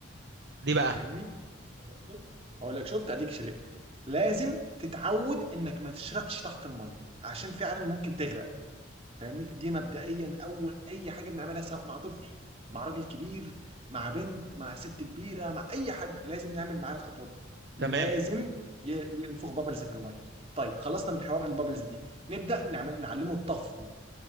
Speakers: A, on the right; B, on the right.
A: دي بقى
B: فاهمني اقول لك شفت اقول لك شفت اديك شربت لازم تتعود انك ما تشرقش تحت الميه عشان فعلا ممكن تغرق فاهمني دي مبدئيا اول اي حاجه بنعملها سواء مع طفل مع راجل كبير مع بنت مع ست كبيره مع اي حد لازم نعمل معاه الخطوه دي لازم
A: تمام
B: ي- ينفخ بابلز في الميه طيب خلصنا من حوار البابلز دي نبدا نعمل نعلمه الطفو